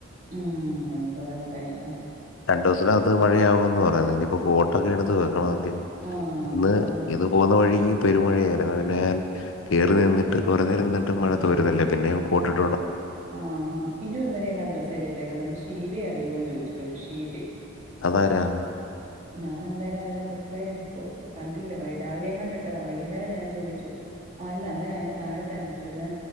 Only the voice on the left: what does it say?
രണ്ട് ദിവസത്തിന് അകത്തു മഴ ആകുമെന്ന് പറയുന്ന് ഇനി
ഇപ്പൊ കോട്ട് ഒക്കെ എടുത്ത് വെക്കണം അല്ലിയോ
ഇന്ന്
ഇതു പോവുന്ന വഴിക്കും പെരുമഴ ആരുന്നു പിന്നെ ഞാൻ കേറി നിന്നിട്ട് കൊറേ നേരം ഇരുത്തിട്ടും മഴ തോരുന്നില്ല പിന്നെ ഞാൻ കോട്ട് ഇട്ടു
അതാരാ